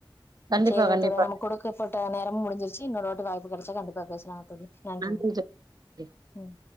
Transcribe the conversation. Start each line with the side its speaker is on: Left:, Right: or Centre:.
Right: கண்டிப்பா
Left: சேரிங்க
Right: கண்டிப்பா
Left: தோழி நம்மக்கு கொடுக்கப்பட்ட நேரம்மு முடிஞ்சிருச்சுஇன்னொரு வாட்டி வாய்ப்பு கெடைச்சா கண்டிப்பா பேசலாங்க தோழி நன்றிங்க
Right: நன்றி தோழி
Left: ம்